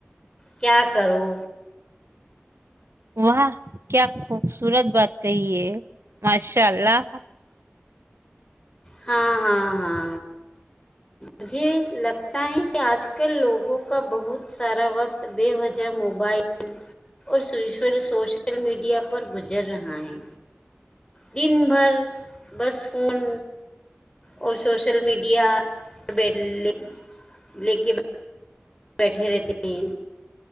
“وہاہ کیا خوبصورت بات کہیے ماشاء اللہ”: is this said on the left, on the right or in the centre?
Right